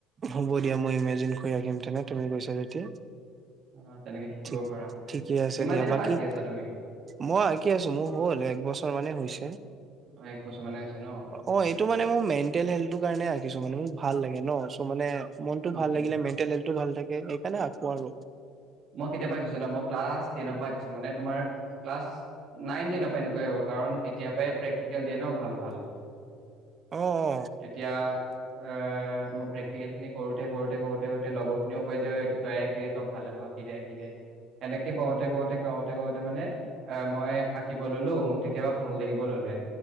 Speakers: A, on the right (about 30°); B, on the right (about 50°).
A: হ'ব দিয়া মই ইমেজিন কৰি আঁকিম তেনে তুমি কৈছা যেতিয়া।
B: অ' তেনেকে শিকিব
A: ঠিক-ঠিকেই
B: পাৰা
A: আছে
B: কিমান
A: দিয়া,
B: দিনৰ
A: বাকী
B: পৰা আঁকি আছা তুমি?
A: মই আঁকি আছো, মোৰ হ'ল এক বছৰ মানে হৈছে।
B: অ, এক বছৰ মানে আছে ন।
A: অ, এইটো মানে মোৰ মেণ্টেল হেল্থৰ কাৰণে আঁকিছো, মানে মোক ভাল লাগে ন চ' মানে মনতটো
B: উম
A: ভাল
B: উম
A: লাগিলে মেণ্টেল হেল্থটো ভাল থাকে। সেইকাৰণে আকৌ আৰু।
B: মই কেতিয়াবা শিকিছো না ক্লাছ টেনৰ পৰা শিকিছো মানে তোমাৰ ক্লাছ নাইন টেনৰ পৰা এনেকুৱাই হ'ব কাৰণ তেতিয়াৰ পৰাই প্ৰেক্টিকেল দিয়ে ন' ভাল, ভাল।
A: অ',
B: তেতিয়া এ মই প্ৰেক্টিকেল খিনি কৰোতে, কৰোতে, কৰোতে। <unintelligible> তে লগৰ খিনিও কয় যে এই তই কি তই ভাল আক' আকিদ দে, আঁকি দে, আঁকি দে। এনেকে কওঁতে, কওঁতে, কওঁতে, কওঁতে মানে এ মই আঁকিব ললো মোৰ কেতিয়াবা ভাল লাগিব ললে।